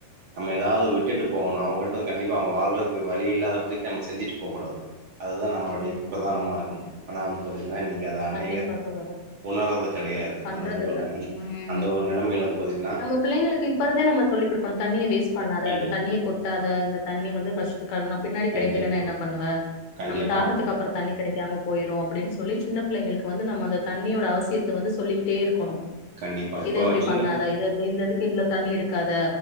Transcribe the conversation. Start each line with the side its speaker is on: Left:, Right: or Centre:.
Right: நம்ம ஏதாவ விட்டுட்டு போகணு அவங்கிட்ட கண்டிப்பா அவங்க வாழ்றக்கு வழி இல்லாத படிக்கு நம்ம செஞ்சுட்டு போக்கூடாது அதுதா நம்மளுடைய
Left: கண்டிப்பா.
Right: ப்ரதானமா
Left: ம்.
Right: இருக்கணு ஆனா வந்து பாத்தீங்ன்னா இன்னக்கு அத அநேக
Left: கண்டிப்பா தோழரே.
Right: உணர்து கெடையாது
Left: பண்றதில்ல.
Right: அந்த
Left: ம்.
Right: அந்த ஒரு நெலமைல வந்து பாத்தீங்ன்னா
Left: நம்ம பிள்ளைங்களுக்கு இப்ப இருந்தே நம்ம சொல்லிக் குடுக்கணும். தண்ணிய வேஸ்ட் பண்ணாத,
Right: கண்டிப்பா
Left: அந்த தண்ணிய கொட்டாத, இந்த தண்ணி வந்து கஷ் கன் பின்னாடி கிடைக்கலன்னா
Right: கண்டிப்பா
Left: என்ன பண்ணுவ
Right: கண்டிப்பா
Left: நம்ம தாகத்துக்கு அப்ற தண்ணி கெடைக் காம போய்ரு அப்டின்னு சொல்லி சின்ன பிள்ளைங்களுக்கு வந்து நம்ம அந்த தண்ணியோட அவசியத்த வந்து சொல்லிக்கிட்டே இருக்கணு
Right: கண்டிப்பா இப்போ
Left: இது இப்டி
Right: சின்ன
Left: பண்ணாதா இது ந்து இந்த இது இவ்ள தண்ணி எடுக்காத